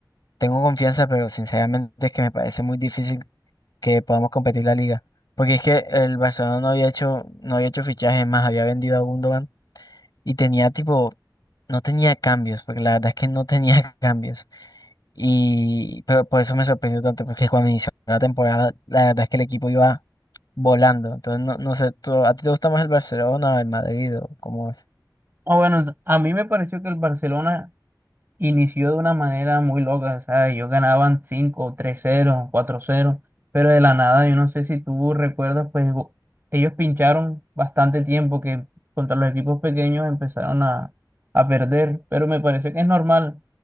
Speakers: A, on the left; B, on the right.
A: tengo confianza, pero sinceramente es que me parece muy difícil que podamos competir la liga. Porque es que el Barcelona no había hecho, no había hecho fichajes más, había vendido a Gundogan y tenía tipo, no tenía cambios, porque la verdad es que no tenía <laughs> cambios. Y pero por eso me sorprendió tanto, porque cuando inició la temporada, la verdad es que el equipo iba volando. Entonces, no, no sé, ¿tú- ¿a ti te gusta más el Barcelona, o el Madrid o cómo es?
B: Ah, bueno, a mí me pareció que el Barcelona inició de una manera muy loca, o sea, ellos ganaban 5, tres cero, cuatro cero, pero de la nada, yo no sé si tú recuerdas, pues go- ellos pincharon bastante tiempo que contra los equipos pequeños empezaron a, a perder, pero me parece que es normal.